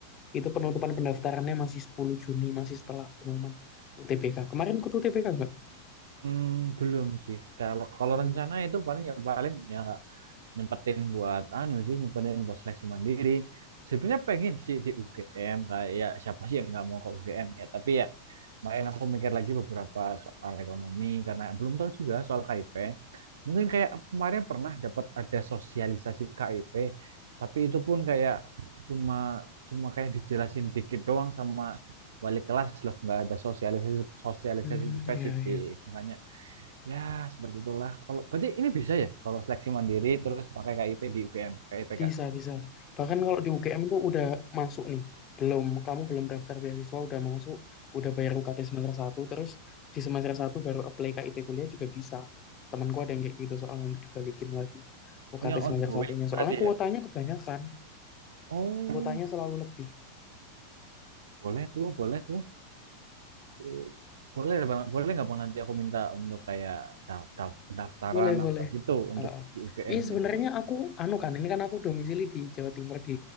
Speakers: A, on the left; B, on the right.
A: Itu penutupan pendaftarannya masih 10 Juni, masih setelah pengumuman UTBK. Kemarin ikut UTBK nggak?
B: Hmm, belum sih. Kalau kalau
A: Hmm,
B: rencana itu paling ya paling ya nyempetin buat anu sih, nyempetin buat seleksi mandiri. Sebenarnya pengen sih di UGM kayak ya siapa sih yang nggak mau ke UGM ya. Tapi ya kemarin aku mikir lagi beberapa soal ekonomi karena belum tahu juga soal KIP. Mungkin kayak kemarin pernah dapat ada sosialisasi KIP, tapi itu pun kayak cuma cuma kayak dijelasin dikit doang sama wali kelas loh, nggak ada sosialisasi sosialisasi
A: hmm
B: spesifik.
A: ya, ya.
B: Makanya Ya, seperti itulah. Kalau berarti ini bisa ya kalau seleksi mandiri terus pakai KIP di UGM, KIPK.
A: Bisa, bisa. Bahkan kalau di UGM tuh udah masuk nih. Belum, kamu belum daftar beasiswa, udah masuk, udah bayar UKT semester satu terus di semester satu baru apply KIP kuliah juga bisa. Temanku ada yang kayak gitu, soal nanti dibalikin lagi UKT
B: Oh, yang
A: semester
B: ongoing
A: satunya. Soalnya
B: berarti
A: kuotanya
B: ya.
A: kebanyakan,
B: Oh,
A: kuotanya selalu lebih.
B: boleh tuh, boleh tuh. Tuh. Boleh Bang, boleh nggak Bang nanti aku minta untuk kayak daftar pendaftaran
A: Boleh, boleh.
B: atau gitu untuk
A: Heeh.
B: di UGM
A: Ih, sebenarnya
B: gitu.
A: aku, anu kan, ini kan aku domisili di Jawa Timur, di